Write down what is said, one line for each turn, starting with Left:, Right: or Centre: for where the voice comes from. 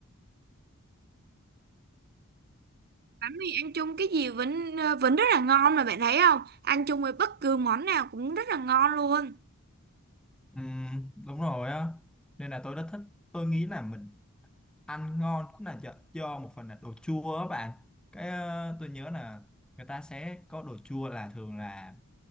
Right: bánh mì ăn chung cái gì vẫn ờ, vẫn rất là ngon mà bạn thấy không? Ăn chung với bất cứ món nào cũng rất là ngon luôn.
Centre: Ừ, đúng rồi á nên là tôi rất thích tôi nghĩ là mình ăn ngon cũng là do, do một phần là đồ chua á bạn cái ờ, tôi nhớ là người ta sẽ có đồ chua là thường là